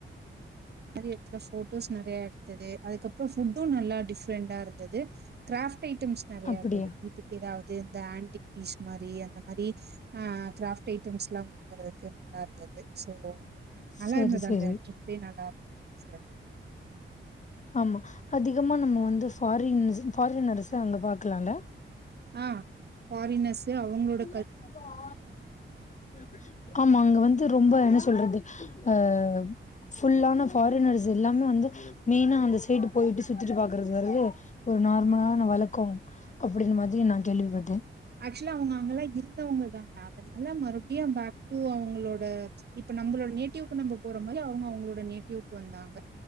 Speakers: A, on the right (about 50°); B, on the left (about 35°).
A: அந்த மாரி எடத்துல ஃபோட்டோஸ் நறைய எடுத்தது அதுக்கப்புறோ ஃபுட்டு நல்லா டிஃப்ரெண்டா இருந்தது கிராஃப்ட் ஐட்டம்ஸ் நறைய
B: அப்படியா?
A: இருந்தது வீட்டுக்கு ஏதாவது இந்த ஆண்டடிக் பீஸ் மாரி அந்த மாரி ஆ கிராஃப்ட் ஐட்டம்ஸ்ல்லா வாங்கறதுக்கு நல்லா இருந்தது சோ நல்லா
B: சரி,
A: இருந்தது
B: சரி.
A: அந்த ட்ரிப்பே நல்லா இரு சிறப்
B: ஆமா அதிகமா நம்ம வந்து ஃபாரின்ஸ் ஃபாரினர்ஸ அங்க பாக்கலால
A: ஆ ஃபாரினர்ஸ்ஸு அவுங்களோட
B: <unintelligible> ஆமா அங்க வந்து ரொம்ப என்ன சொல்றது அ ஃபுல்லான ஃபாரினர்ஸ் எல்லாமே வந்து மெய்னா அந்த சைடு போயிட்டு சுத்திட்டு பாக்குறது வருது ஒரு நார்மலான வழக்கோ அப்டின்னு மதியோ நா கேள்விப்பட்டே
A: ஆக்சுவலி அவுங்க அங்கல்லா இருந்தவுங்க தான்டா அதுனால மறுபடியு பேக் டு அவுங்களோட இப்ப நம்பளோட நேட்டிவ்க்கு நம்ப போற மாரி அவுங்க அவுங்களோட நேட்டிவ்க்கு வந்தாங்க